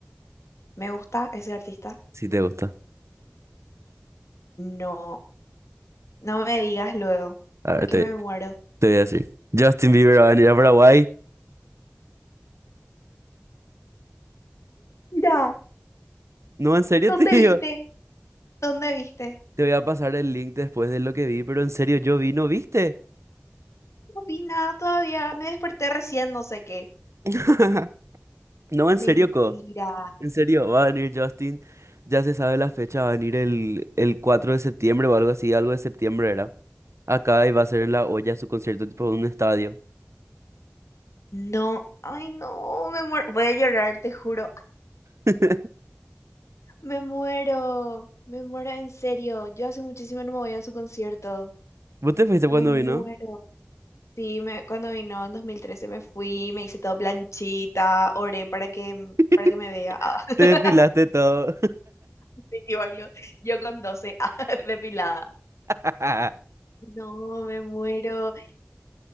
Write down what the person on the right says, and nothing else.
si te gusta.
A ver,
te,
te voy a decir. Justin Bieber va a venir a Paraguay.
No, en serio,
<laughs> tío.
Te voy a pasar el link después de lo que vi, pero en serio, yo vi, ¿no viste?
<laughs> No, en
serio, co. En serio, va a venir Justin. Ya se sabe la fecha, va a venir el, el 4 de septiembre o algo así, algo de septiembre era. Acá y va a ser en La olla su concierto tipo en un estadio.
<laughs>
¿Vos te fuiste
cuando
vino?
<laughs>
Te desfilaste todo.
<laughs>